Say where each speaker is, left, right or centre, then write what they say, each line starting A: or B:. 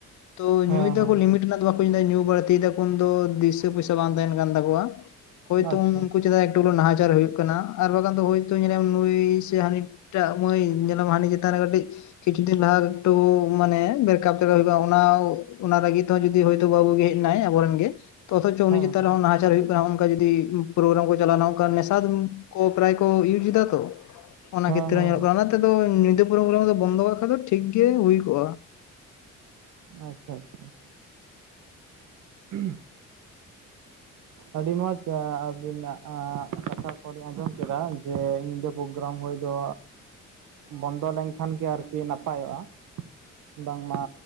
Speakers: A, on the left (about 70°); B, on the right (about 80°).
A: ᱛᱚ
B: ᱦᱮᱸ
A: ᱧᱩᱭ ᱫᱟᱠᱚ
B: ᱦᱮᱸ
A: ᱞᱤᱢᱤᱴ ᱨᱮᱱᱟᱜ ᱫᱚ ᱵᱟᱠᱚ ᱧᱩᱭ ᱫᱟ ᱧᱩ ᱵᱟᱹᱲᱛᱤᱭ ᱫᱟᱠᱚ ᱩᱱᱫᱚ ᱫᱤᱥᱟᱹ ᱯᱩᱭ ᱵᱟᱝ ᱛᱮᱸᱦᱮᱱ ᱠᱟᱱ ᱛᱟᱠᱚᱣᱟ ᱦᱳᱭᱛᱳ
B: ᱟᱪᱪᱷᱟ
A: ᱩᱱᱠᱩ ᱪᱮᱫᱟᱜ ᱴᱩᱞᱩ ᱱᱟᱦᱟᱪᱟᱨ ᱦᱳᱭᱳᱜ ᱠᱟᱱᱟ ᱟᱨ ᱵᱟᱝᱠᱷᱟᱱ ᱫᱚ ᱦᱳᱭᱛᱚ ᱧᱮᱞᱮᱭᱟᱢ ᱱᱩᱭ ᱥᱮ ᱦᱟᱹᱱᱤᱴᱟᱜ ᱢᱟᱹᱭ ᱧᱮᱞᱟᱢ ᱦᱟᱹᱱᱤ ᱪᱮᱛᱟᱱ ᱨᱮ ᱠᱟᱹᱴᱤᱡ ᱠᱤᱪᱷᱩ ᱫᱤᱱ ᱞᱟᱦᱟ ᱮᱠᱴᱩ ᱢᱟᱱᱮ ᱵᱨᱮᱠᱟᱯ ᱛᱨᱮᱠᱟᱯ ᱦᱩᱭ ᱠᱟᱱᱟ ᱚᱱᱟ ᱚᱱᱟ ᱨᱟᱹᱜᱤ ᱛᱮᱸᱦᱚ ᱡᱩᱫᱤ ᱦᱳᱭᱛᱳ ᱵᱟᱹᱵᱩ ᱜᱮ ᱦᱮᱡ ᱱᱟᱭ ᱟᱵᱚᱨᱮᱱ ᱜᱮ ᱛᱚ ᱚᱛᱷᱚᱪᱚ ᱩᱱᱤ
B: ᱦᱮᱸ
A: ᱪᱮᱛᱟᱱ
B: ᱦᱮᱸ
A: ᱨᱮ ᱱᱟᱦᱟᱪᱟᱨ ᱦᱩᱭᱩᱜ ᱠᱟᱱᱟ ᱚᱱᱠᱟ ᱡᱩᱫᱤ ᱯᱨᱳᱜᱨᱟᱢ ᱠᱚ ᱪᱟᱞᱟᱣᱱᱟ ᱚᱱᱠᱟ ᱱᱮᱥᱟ ᱠᱚ ᱯᱨᱟᱭ ᱠᱚ ᱤᱭᱩᱡ ᱮᱫᱟ ᱛᱚ ᱚᱱᱟ
B: ᱦᱮᱸ
A: ᱠᱷᱮᱛᱨᱮ
B: ᱦᱮᱸ
A: ᱧᱮᱞᱚᱜ
B: ᱦᱮᱸ
A: ᱠᱟᱱᱟ ᱚᱱᱟᱛᱮ ᱫᱚ ᱧᱤᱫᱟᱹ ᱯᱨᱳᱜᱨᱟᱢ ᱫᱚ ᱵᱚᱱᱫᱚ ᱠᱟᱜ ᱠᱷᱟᱡ ᱫᱚ ᱴᱷᱤᱠ ᱜᱮ ᱦᱩᱭ ᱠᱚᱜᱼᱟ
B: ᱟᱪᱪᱷᱟ ᱟᱪᱪᱷᱟ ᱦ <unintelligible> ᱟᱹᱰᱤ ᱢᱚᱸᱡᱽ ᱟᱹᱵᱤᱱᱟᱜ ᱠᱟᱛᱷᱟ ᱠᱚ ᱞᱤᱧ ᱟᱸᱡᱚᱢ ᱠᱮᱫᱟ ᱡᱮ ᱧᱤᱫᱟᱹ ᱯᱨᱳᱜᱨᱟᱢ ᱦᱳᱭ ᱫᱚ ᱵᱚᱱᱫᱚ ᱞᱮᱱᱠᱷᱟᱱ ᱜᱮ ᱟᱨᱠᱤ ᱱᱟᱯᱟᱭᱚᱜᱼᱟ ᱵᱟᱝᱢᱟ